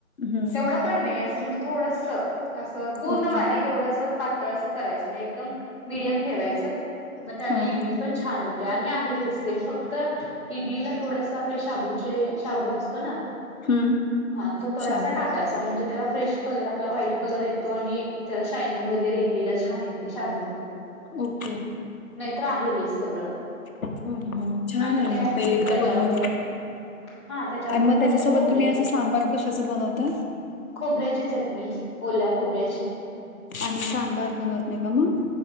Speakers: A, on the left; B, on the left.
A: हं.
B: तेवढं पण नाही असं म्हणजे थोडंस, असं पूर्ण
A: ओके.
B: बारीक एवढं असं पातळ असं करायचं नाही, एकदम मिडीयम ठेवायचं मग त्याने
A: हां.
B: इडली पण छान होते आणि आहे हेच तेेम फक्त इडलीला थोडस आपल्या शाबूचे शाबू असतो ना
A: हं.
B: हा, तो थोडासा
A: शाबू.
B: टाकायचा म्हणजे त्याला फ्रेश कलर आपला व्हाईट कलर येतो आणि त्याला शायनिंग वगैरे इडलीला छान येते शाबूनं.
A: ओके.
B: नाहीतर आहे हेच सगळं.
A: हम्म हम्म, छान
B: आणि
A: आहे
B: काय
A: मी
B: आपली
A: ते एकदा
B: त्याच्याबरोबर
A: बनवून बघ
B: का हा त्याच्याबरोबर
A: आणि मग
B: काय
A: त्याच्यासोबत
B: आपली खोबऱ्याची
A: तुम्ही असं
B: चटणी
A: सांबार कशाचं बनवता?
B: खोबऱ्याची चटणी ओल्या खोबऱ्याची.
A: आणि सांबार बनवत नाही का मग?